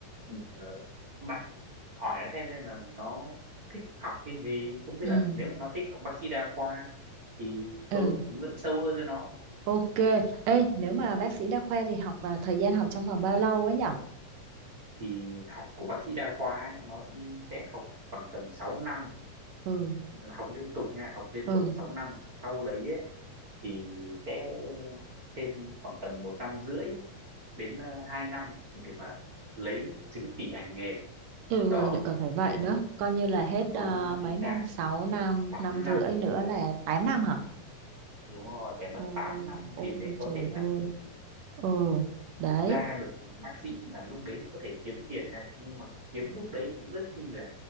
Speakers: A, on the right; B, on the right.
A: ừ, ờ, bạn hỏi nó xem xem là nó thích học cái gì không biết
B: ừ
A: là nếu mà nó thích học bác sĩ đa khoa thì
B: ừ
A: tôi hướng dẫn sâu hơn cho nó
B: Ok, ê nếu mà bác sĩ đa khoa thì học và thời gian học trong vòng bao lâu ấy nhở?
A: thì học của bác sĩ đa khoa ấy, nó sẽ học khoảng tầm sáu năm
B: Ừ,
A: là học liên tục nha học liên
B: ừ,
A: tục sáu năm sau đấy ấy, thì sẽ thêm khoảng tầm một năm rưỡi đến ờ, hai năm để mà lấy chứng chỉ hành nghề
B: ừ, rồi
A: đó
B: lại còn phải vậy
A: nên
B: nữa,
A: là
B: coi như là hết ờ,
A: đúng
B: mấy
A: chính
B: năm,
A: xác
B: 6 năm,
A: tám
B: năm
A: năm
B: rưỡi nữa là 8 năm hả?
A: đúng rồi phải mất
B: Ôi,
A: 8 năm
B: ôi
A: thì mới có
B: trời
A: thể là
B: ơi, ừ, đấy,
A: ra được bác sĩ mà lúc đấy nó có thể kiếm tiền này nhưng mà kiếm lúc đấy cũng rất chi là